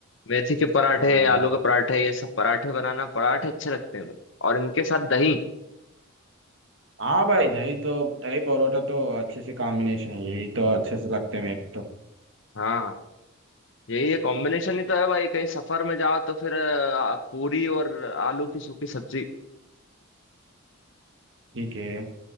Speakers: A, on the left; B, on the right.
A: मेथी के पराठे
B: हाँ
A: आलू
B: भाई
A: के पराठे ये सब पराठे बनाना पराठे अच्छे लगते हैं मुझे और इनके साथ दही
B: हाँ भाई दही तो दही परोठा तो अच्छे से कॉम्बिनेशन है यही तो अच्छे से लगते हैं मेरे को तो
A: हाँ यही ये कॉम्बिनेशन ही तो है भाई कहीं सफर में जाओ तो फिर अ, पूरी और आलू की सूखी सब्जी
B: ठीक है